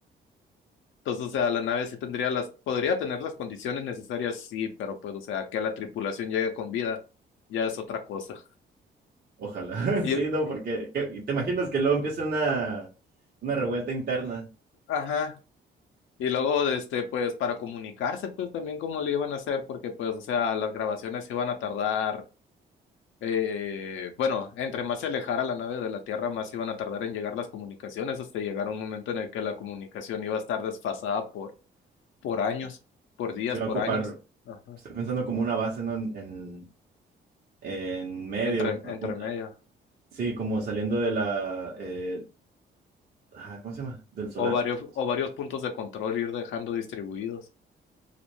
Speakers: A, on the left; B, on the right.
A: Entonces, o sea, la nave sí tendría las, podría tener las condiciones necesarias, sí, pero pues, o sea, que la tripulación llegue con vida, ya es otra cosa.
B: Ojalá. <laughs>
A: Y,
B: Sí, no,
A: y-
B: porque ¿qué- y te imaginas que luego empieza una, una revuelta interna.
A: ajá. Y luego, de este, pues, para comunicarse, pues, también cómo le iban a hacer, porque, pues, o sea, las grabaciones se iban a tardar, eh, bueno, entre más se alejara la nave de la Tierra, más iban a tardar en llegar las comunicaciones, hasta llegar a un momento en el que la comunicación iba a estar desfasada por, por años, por días,
B: Se va
A: por
B: a ocupar,
A: años, ajá,
B: estoy pensando como una base, ¿no? En, en, en medio,
A: entre,
B: a
A: entre
B: punta-
A: medio.
B: Sí, como saliendo de la, eh, ajá, ¿cómo se llama? Del solar.
A: O varios,
B: ¿Cómo se-
A: o varios puntos de control ir dejando distribuidos.